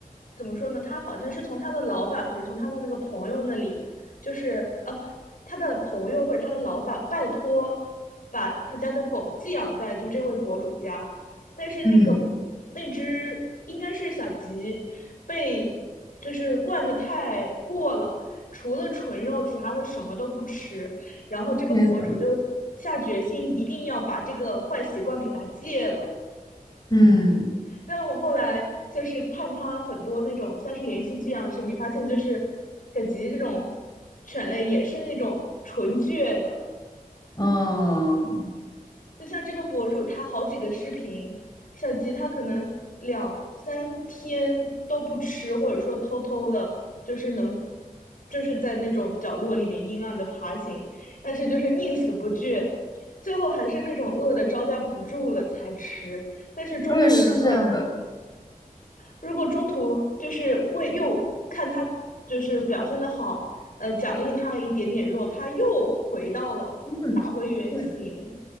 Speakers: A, on the left; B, on the left.
A: 怎么说呢？他好像是从他的老板还是从他的那个朋友那里，就是呃，他的朋友或者他的老板拜托把他家的狗寄养在就这位博主家，但是那个不，
B: 嗯，
A: 那只应该是小吉，被就是惯的太过了，除了纯肉，其他的什么都不吃。然后这个博主就
B: 天呐，
A: 下决心一定要把这个坏习惯给他戒了。
B: 嗯
A: 但我后来就是看他很多那种像是连续剧一样的视频，发现就是小吉这种犬类也是那种纯倔的，
B: 嗯，
A: 就像这个博主，他好几个视频，小吉他可能两三天都不吃，或者说偷偷的，就是能，就是在那种角落里面阴暗的爬行，但是就是宁死不惧，最后还是那种饿的招架不住了才吃。但是中途如果
B: 对，是这样的。
A: 如果中途就是为又看他就是表现的好，呃，奖励他一点点肉，他又回到了打回原形。
B: 嗯对